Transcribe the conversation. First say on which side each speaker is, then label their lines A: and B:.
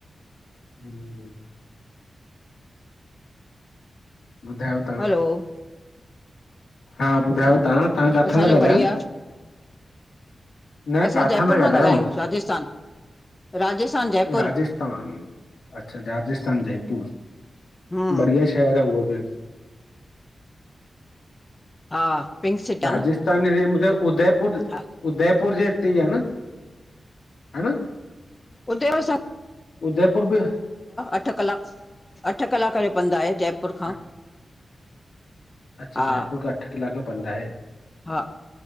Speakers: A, on the left (about 75°); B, on the left (about 20°).
A: हम ॿधायो
B: हलो
A: हा ॿधायो त्हां तां कांथा
B: असांजो
A: ॻाल्यो?
B: बढ़िया
A: न
B: असां
A: काथां
B: जयपुर
A: ॻाल्हायो?
B: मां था ॻाल्हायूं राजस्थान। राजस्थान जयपुर
A: राजस्थान, अच्छा राजस्थान जयपुर
B: हूं
A: बढिया शहरु। ठहिर उहो बि
B: हा पिंक सिटी
A: राजस्थान
B: आ न
A: हिअं मुंहिंजे उदयपुर
B: हा
A: उदयपुर जे हित ई आ न हन?
B: उदेव सं
A: उदयपुर बि
B: अठ कलाक अठ कलाक जो पंधु आहे जयपुर खां।
A: अच्छा अच्छा
B: हा
A: जयपुर खां अठ कलाक पंदा आहे।
B: हा